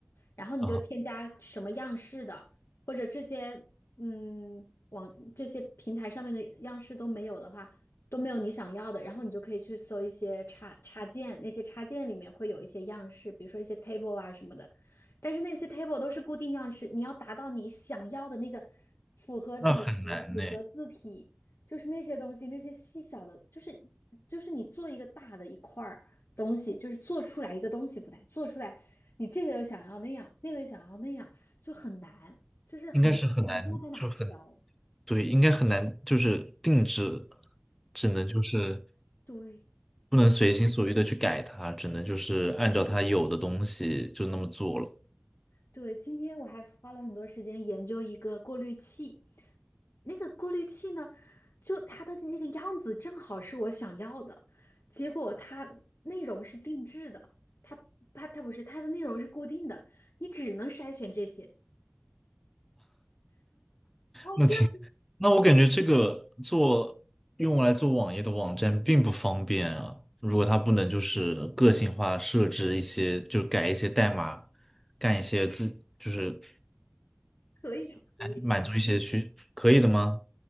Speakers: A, on the left; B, in the centre.
A: 然后你就添加什么样式的，
B: 啊，
A: 或者这些嗯网这些平台上面的样式都没有的话，都没有你想要的，然后你就可以去搜一些插插件，那些插件里面会有一些样式，比如说一些 table 啊什么的，但是那些 table 都是固定样式，你要达到你想要的那个符合主题、
B: 那很难呢。
A: 符合字体。就是那些东西，那些细小的，就是就是你做一个大的一块儿东西，就是做出来一个东西不难，做出来你这个又想要那样，那个又想要那样，就很难，就是很多你不知道在哪调。
B: 应该是很难，就很，对，应该很难，就是定制，只能就是
A: 对
B: 不能随心所欲的去改它，只能就是按照它有的东西就那么做了。
A: 对，今天我还花了很多时间研究一个过滤器，那个过滤器呢，就它的那个样子正好是我想要的，结果它内容是定制的，它它它不是它的内容是固定的，你只能筛选这些。哦，
B: 那挺，
A: 这样
B: 那我感觉这个做用来做网页的网站并不方便啊。如果它不能就是个性化设置一些，就改一些代码，干一些自，就是
A: 可以可以，
B: 满足一些需，可以的吗？